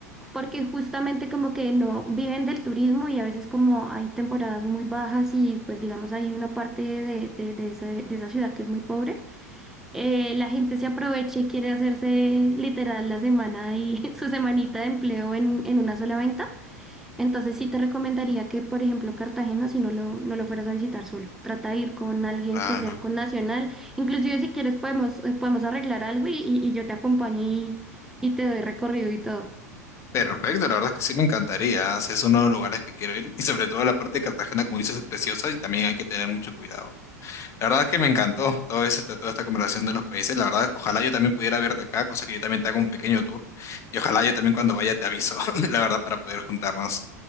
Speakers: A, in the centre; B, on the left.
A: porque justamente como que no viven del turismo y a veces como hay temporadas muy bajas y pues digamos hay una parte de, de, de esa, de esa ciudad que es muy pobre, eh, la gente se aprovecha y quiere hacerse literal la semana y <laughs> su semanita de empleo en, en una sola venta. Entonces sí te recomendaría que, por ejemplo, Cartagena, si no lo, no lo fueras a visitar solo, trata de ir con alguien
B: Claro.
A: que sea con Nacional. Inclusive si quieres podemos, eh, podemos arreglar algo y, y- y yo te acompaño y, y te doy recorrido y todo.
B: Perfecto, la verdad es que sí me encantaría. ¿eh? Si Es uno de los lugares que quiero ir y sobre todo la parte de Cartagena, como dices, es preciosa y también hay que tener mucho cuidado. La verdad que me encantó todo ese- toda esta conversación de los países. La verdad, ojalá yo también pudiera verte acá, cosa que yo también te haga un pequeño tour. Y ojalá yo también cuando vaya te aviso, <laughs> la verdad, para poder juntarnos.